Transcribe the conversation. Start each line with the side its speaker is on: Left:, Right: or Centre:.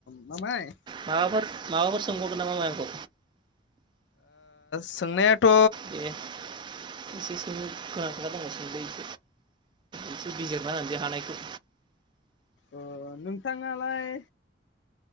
Left: माबाय
Right: माबाफोर माबाफोर सोंबावगोन नामा माइखौ
Left: सोंनायाथ'
Right: दे एसे सम फोनां खार दं सोंलैस एसे बिजिरना होननानै ज हानायखौ
Left: अ नोंथाङालाय